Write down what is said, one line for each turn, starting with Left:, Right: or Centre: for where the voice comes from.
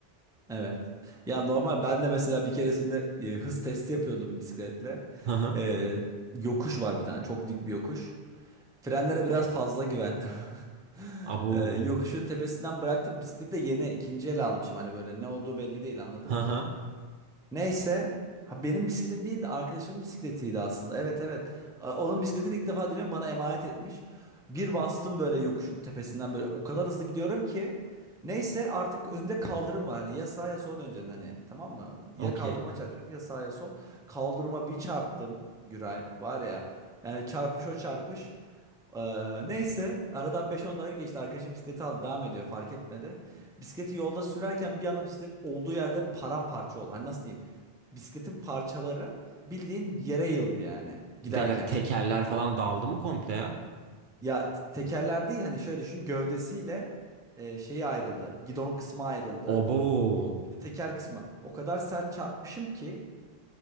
Centre: Evet. Ya normal ben de mesela bir keresinde e, hız testi yapıyordum bisikletle.
Right: Hı hı.
Centre: E, yokuş var bir tane çok dik bir yokuş. Frenlere biraz fazla güvendim. <laughs>
Right: Abo.
Centre: E, yokuşu tepesinden bıraktım. Bisikleti de yeni ikinci el almışım. Hani böyle ne olduğu belli değil anladın
Right: Hı
Centre: mı?
Right: hı.
Centre: Neyse ha, benim bisikletim değildi arkadaşımın bisikletiydi aslında. Evet evet. A- Onun bisikletini ilk defa deniyorum bana emanet etmiş. Bir bastım böyle yokuşun tepesinden böyle o kadar hızlı gidiyorum ki. Neyse artık önde kaldırım var hani ya sağa ya sola döneceksin hani tamam mı?
Right: Okey.
Centre: Ya kaldırıma çarpacaksın ya sağa ya sol. Kaldırıma bir çarptım Güray var ya yani çarpış o çarpış. Ee, neyse aradan beş on dakika geçti arkadaşım bisikleti aldı devam ediyor fark etmedi. Bisikleti yolda sürerken bir anda bisiklet olduğu yerde paramparça oldu. Hani nasıl diyeyim? bisikletin parçaları bildiğin yere yıldı yani giderken.
Right: Bir dakika tekerler falan daldı mı komple ya?
Centre: Ya t- tekerler değil hani şöyle düşün gövdesiyle e, şeyi ayrıldı. Gidon kısmı ayrıldı.
Right: Obo.
Centre: Bir de teker kısmı. O kadar sert çarpmışım ki